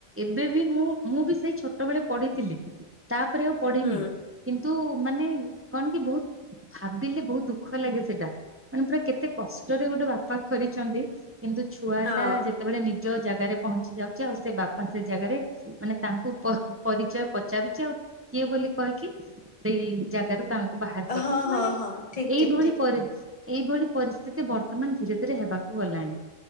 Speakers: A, on the right; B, on the left.
A: ଏବେ ବି ମୁଁ ମୁଁ ବି ସେଇ ଛୋଟବେଳେ ପଢିଥିଲି। ତାପରେ ଆଉ ପଢିନି
B: ହୁଁ
A: କିନ୍ତୁ ମାନେ କଣ କି ବହୁତ ଭାବିଲେ ବହୁତ ଦୁଃଖ ଲାଗେ ସେଟା ମାନେ ପୁରା କେତେ କଷ୍ଟରେ ଗୋଟେ ବାପା କରିଛନ୍ତି। କିନ୍ତୁ ଛୁଆ
B: ହଁ।
A: ଟା ଯେ ସେତେବେଳେ ନିଜ ଜାଗାରେ ପହଞ୍ଚି ଯାଉଛି ଆଉ ସେ ବାପା ସେ ଜାଗାରେ ମାନେ ତାଙ୍କୁ ପରିଚୟ ପଚାରୁଛି ଆଉ କିଏ ବୋଲି କହିକି ସେଇ ଜାଗାରୁ ତା ବାହାର କରିଦଉଛି
B: ହଁ ହଁ
A: ମାନେ
B: ହଁ ଠିକ୍
A: ଏଇଭଳି
B: ଠିକ୍ ଠିକ୍।
A: ପରେ ଏଇଭଳି ପରିସ୍ଥିତି ବର୍ତ୍ତମାନ ଧୀରେ ଧୀରେ ହେବାକୁ ଗଲାଣି।